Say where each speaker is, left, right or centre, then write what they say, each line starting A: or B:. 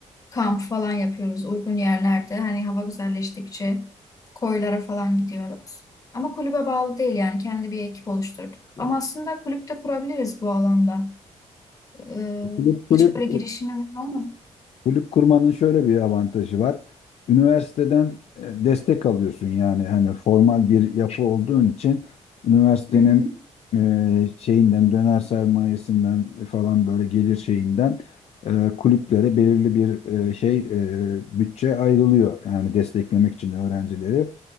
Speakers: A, on the left; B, on the left.
A: kamp falan yapıyoruz uygun yerlerde. Hani hava güzelleştikçe koylara falan gidiyoruz. Ama kulübe bağlı değil yani kendi bir ekip oluşturduk. Ama aslında kulüpte kurabiliriz bu alanda. E,
B: Kulüp kulüp
A: hiç böyle girişimimiz olmadı.
B: Kulüp kurmanın şöyle bir avantajı var. Üniversiteden e, destek alıyorsun yani hani formal bir yapı olduğun için üniversitenin
A: Hı hı.
B: e, şeyinden döner sermayesinden falan böyle gelir şeyinden e, kulüplere belirli bir e, şey e, bütçe ayrılıyor yani desteklemek için öğrencileri.